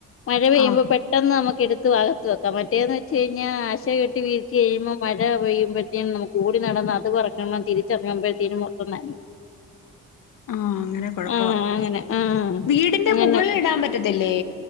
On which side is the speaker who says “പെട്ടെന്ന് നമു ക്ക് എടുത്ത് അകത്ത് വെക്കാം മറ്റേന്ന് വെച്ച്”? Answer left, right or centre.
Left